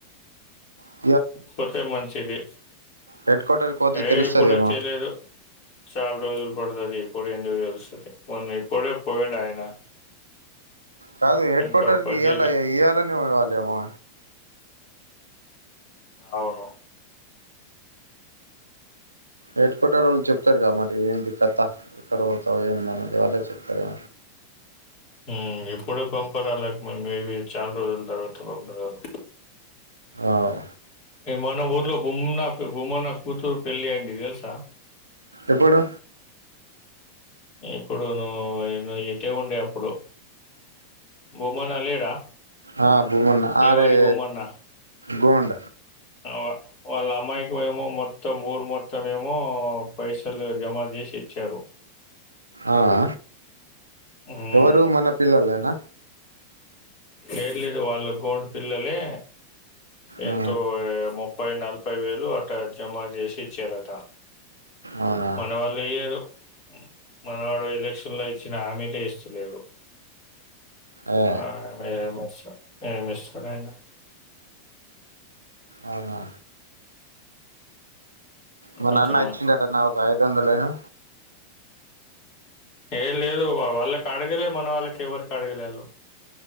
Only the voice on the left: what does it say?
పోతే మంచిది
ఏ
ఇప్పుడే చేయలేరూ చాలా రోజులు పడుతది ఇప్పుడే ఎందుకు తెలుస్తది మొన్న ఇప్పుడే పోయిండు ఆయన
ఇంకా
పది
అవును
హ్మ్ ఇప్పుడే పంపర్ అలక మేబీ చాల్ రోజుల తర్వాత పంపరారు
ఈ మన ఊర్లో గుమ్నా బుమనా కూతురు పెళ్లి అయింది తెల్సా
ఇప్పుడు నువ్వు ఇతే ఉండే అప్పుడు బూమన లేడా
దేవారి
భూమన్న
వా వాళ్ళ అమ్మాయికి ఏమో మొత్తం ఊరు మొత్తం ఏమో పైసలు జమా చేసి ఇచ్చారు
హ్మ్
లేదు లేదు వాళ్ళు గోండు పిల్లలె ఎంతో
ఏమో ముప్పై నలభై వేయిలు అట జమా చేసి ఇచ్చారట
మన వాళ్ళు ఇయ్యారు మనవాడు ఎలక్షన్ లో ఇచ్చిన హామీ చేస్తా లేడు
ఆ మ <inaudible> సా ఎమ్ ఇస్తారో ఏమో
కొంచెం
ఏ లేదు వాళ్ళకి అడగలే మన వాళ్ళకి ఎవరికి అడగలే వాళ్ళు